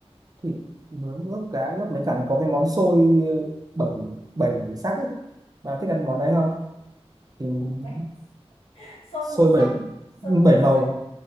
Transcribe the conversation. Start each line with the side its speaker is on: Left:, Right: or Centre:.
Right: thịt nướng ướp cá ướp mấy cả nó có cái món xôi ờ, bảy bảy sắc ấy bà thích ăn món đấy không thì mình
Left: Bảy- sơn
Right: xôi
Left: ngũ
Right: bảy
Left: sắc sơn
Right: bảy
Left: ngũ
Right: màu
Left: sắc